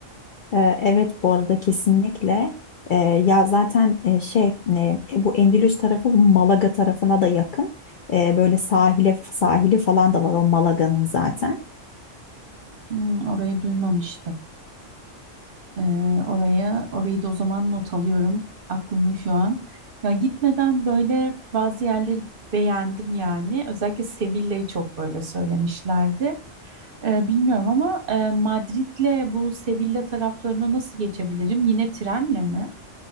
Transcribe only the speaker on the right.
Hmm, orayı duymamıştım. Ee, oraya orayı da o zaman not alıyorum aklımın şu an. Ya gitmeden böyle bazı yerleri beğendim yani. Özellikle Sevilla'yı çok böyle söylemişlerdi. Ee, bilmiyorum ama e, Madrid'le bu Sevilla taraflarına nasıl geçebilirim? Yine trenle mi?